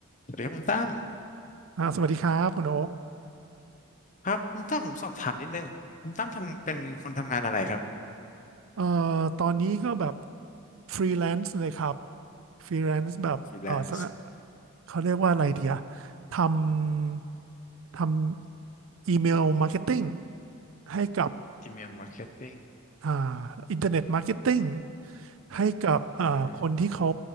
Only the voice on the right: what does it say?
อ่าสวัสดีครับคุณโอ๊ก
เอ่อตอนนี้ก็แบบฟรีแลนซ์เลยครับฟรีแลนซ์แบบเอ่อสน
เขาเรียกว่าอะไรเดียทำทำอีเมลมาร์เก็ตติ้งให้กับ
อ่าอินเทอร์เน็ตมาร์เก็ตติ้งให้กับอ่าคนที่เขา